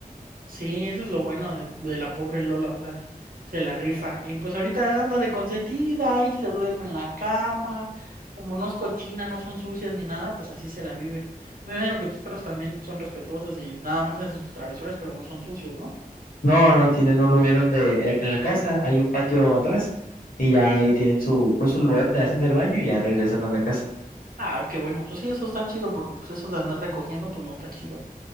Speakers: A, on the right; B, on the left.
A: Sí, eso es lo bueno de, de la pobre Lola, o sea, se la rifa. Y pues ahorita anda de consentida y se duerme en la cama. Como no es cochina, no son sucias ni nada, pues así se la viven. Me imagino que tus perros también son respetuosos y nada más hacen sus travesuras, pero no son sucios, ¿no?
B: No, no, tienen un lugar donde eh, en la casa hay un patio atrás y ya ahí tienen su, pues su lugar donde hacen el baño y ya regresan a la casa.
A: Ay, qué bueno. Pues sí, eso está chido, porque pues eso de andar recogiendo, pues no está chido.